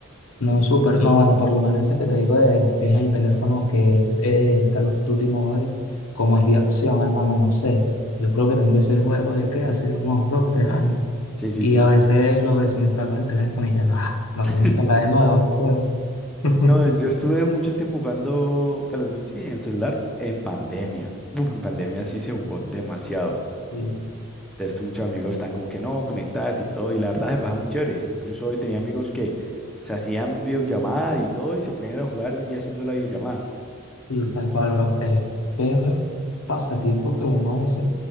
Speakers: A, on the left; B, in the centre.
A: No, súper. No, bueno, por lo menos ese que te digo de, que es el teléfono que es eh, Call of Duty Mobile, como es de acción, hermano, no sé. Yo creo que tengo ese juego de que hace unos dos, tres años.
B: Sí, sí,
A: Y
B: sí.
A: a veces lo desinstalo el teléfono y ya, no, ah, lo
B: <laughs>
A: voy a instalar de nuevo, no puedo. <laughs>
B: No, yo estuve mucho tiempo jugando Call of Duty en celular en pandemia. Uf, en pandemia sí se jugó demasiado.
A: Y,
B: Entonces, muchos amigos están como que no, conectadas y todo, y la verdad se pasa muy chévere. Incluso hoy tenía amigos que se hacían videollamada y todo, y se ponían a jugar y haciendo la videollamada.
A: y tal cual, bro. Eh, es un pasatiempo que uno hace